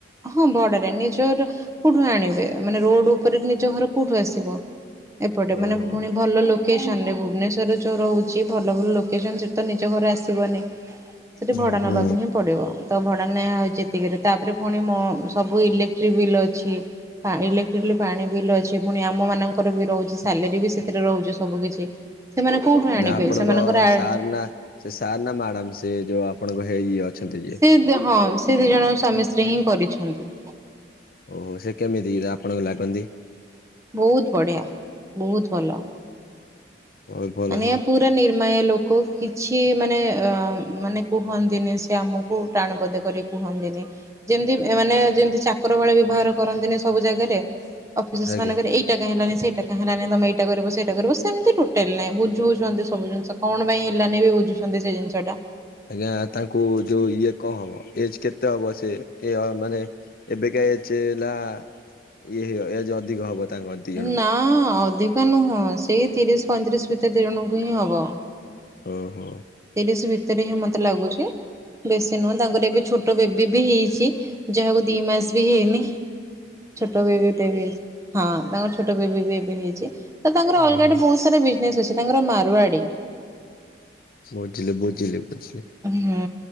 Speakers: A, on the right (about 15°); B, on the left (about 50°).
A: ହଁ ଭଡାରେ ନିଜର କୋଉଠୁ ଆଣିବେ ମାନେ ରୋଡ ଉପରେ ନିଜ ଘର କୋଉଠୁ ଆସିବ ଏପଟେ
B: ଓହୋ
A: ମାନେ ପୁଣି ଭଲ ଲୋକ ଲୋକେସନ୍ ଭୁବନେଶ୍ଵରରେ ଯୋଉ ରହୁଛି ଭଲ ଭଲ ଲୋକେସନ୍ ସେଠି ତ ନିଜ ଘରେ ଆସିବନି। ସେଠି
B: ହୁଁ
A: ଭଡା
B: ହୁଁ
A: ନବାକୁ ହିଁ ପଡିବ ତ ଭଡା ନିଆ ହଉଛି ଏତିକିରେ ତାପରେ ପୁଣି ମୋ ସବୁ ଇଲେକ୍ଟ୍ରିକ ବିଲ୍ ଅଛି। ପା ଇଲେକ୍ଟ୍ରିକ ପାଣି ବିଲ୍ ଅଛି ପୁଣି ଆମମାନଙ୍କର ବି ରହୁଛି ସାଲେରୀ ବି ସେଥିରେ ରହୁଛି ସବୁକିଛି। ସେମାନେ କୋଉଠୁ ଆଣିବେ
B: ନା ଆପଣଙ୍କ
A: ସେମାନଙ୍କର
B: ସାର୍ ନା ସେ ସାର୍ ନା ମ୍ୟାଡାମ ସେ ଯୋଉ ଆପଣଙ୍କ ହେଇ ଅଛନ୍ତି ଯିଏ?
A: ସେ ହଁ ସେ ଦି ଜଣ ସ୍ୱାମୀ ସ୍ତ୍ରୀ ହିଁ କରିଛନ୍ତି।
B: ଓହୋ ସେ କେମିତି ଆପଣଙ୍କୁ ଲାଗନ୍ତି?
A: ବହୁତ ବଢିଆ। ବହୁତ ଭଲ।
B: ବହୁତ ଭଲ
A: ମାନେ
B: ସେ
A: ପୁରା ନିର୍ମାୟା ଲୋକ। କିଛି ମାନେ ଆ ମାନେ କୁହନ୍ତିନି ସେ ଆମକୁ। କୋଉ ଟାଣ ପଦେ କରି କୁହନ୍ତିନି। ଯେମିତି ଏମାନେ ଯେମିତି ଚାକର ଭଳିଆ ବ୍ୟବହାର କରନ୍ତିନି ସବୁ ଜାଗାରେ? ଅଫିସସ୍
B: ଆଜ୍ଞା
A: ମାନଙ୍କରେ ଏଇଟା କାଇଁ ହେଲାନି ସେଇଟା କାଇଁ ହେଲାନି, ତମେ ଏଇଟା କରିବ ସେଇଟା କରିବ ସେମିତି ଟୋଟା <inaudible> ବୁଝଉଛନ୍ତି ସବୁ ଜିନିଷ। କଣ ପାଇଁ ହେଲାନି ବି ବୁଝୁଛନ୍ତି ସେ ଜିନିଷ ଟା।
B: ଆଜ୍ଞା ତାଙ୍କୁ ଯୋଉ ଇଏ କଣ ହବ? ଏଜ୍ କେତେ ହବ ସେ? ଏ ମାନେ ଏବେକା ଏଜ ହେଲା ଇଏ ଏଜେ ଅଧିକ ହବ ତାଙ୍କ ଦି ଜଣଙ୍କୁ
A: ନା ଅଧିକା ନୁହଁ। ସେଇ ତିରିଶ ପଇଁତିରିଶ ଭିତରେ ଦି ଜଣଙ୍କୁ ହିଁ ହବ।
B: ଓହୋ।
A: ତିରିଶ ଭିତରେ ହିଁ ମତେ ଲାଗୁଛି। ବେଶୀ ନୁହଁ। ତାଙ୍କର ଏବେ ଛୋ ବେବି ବି ହେଇଛି। ଯାହାକୁ ଦି ମାସ ବି ହେଇନି। ଛୋଟ ବେବିଟେ ବି ହେଇଛି। ହଁ ତାଙ୍କର ଛୋଟ ବେବି ବି ଏବେ ହେଇଛି। ତ ତାଙ୍କର ଅଲଗା
B: ଓହୋ।
A: ଆଡେ ବହୁତ ସାରା ବିଜନେସ୍ ଅଛି ତାଙ୍କର ମାରୁଆଡି।
B: ବୁଝିଲି ବୁଝିଲି ବୁଝିଲି।
A: ହୁଁ।